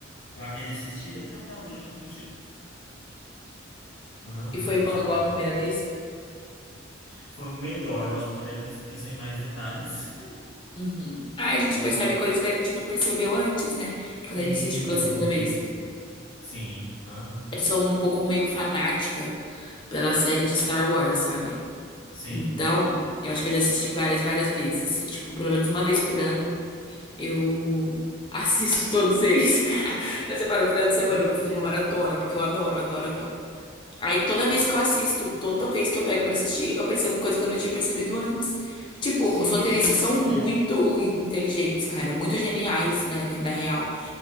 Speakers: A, on the left; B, on the left.
A: Ela queria assistir, daí eu falei, ah, não, eu vou junto contigo. Aham,
B: E foi
A: Nossa,
B: bom
A: é
B: igual
A: muito
B: a primeira
A: bom.
B: vez?
A: Foi o melhor, eu acho, porque daí eu prestei atenção em mais detalhes.
B: Uhum. Ah, a gente
A: Uhum.
B: percebe coisas que a gente não percebeu antes, né? Quando
A: Sim,
B: a gente assiste pela
A: tem
B: segunda
A: muito
B: vez.
A: isso. Sim, aham.
B: Eu sou um pouco meio fanática pela série de Star Wars, sabe?
A: Sim.
B: Então, eu acho que eu já assisti várias, e várias vezes. Tipo, pelo menos uma vez por ano, eu <laughs> assisto todos eles. <laughs> Eu separo o final de semana
A: Meu
B: pra
A: Deus.
B: fazer uma maratona, porque eu adoro, adoro, adoro. Aí toda vez que eu assisto, toda vez que eu pego pra assistir, eu percebo coisa que eu não tinha percebido antes. Tipo,
A: Sim,
B: os roteiristas
A: é sempre
B: são
A: assim,
B: muito
A: né?
B: in- inteligentes, cara, muito geniais, na, na real.